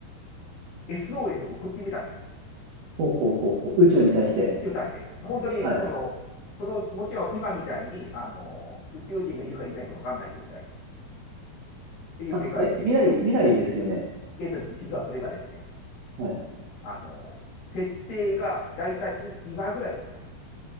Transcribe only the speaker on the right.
ほうほうほうほう。宇宙に対して。
はい。
あ、え、未来、未来ですよね。
はい。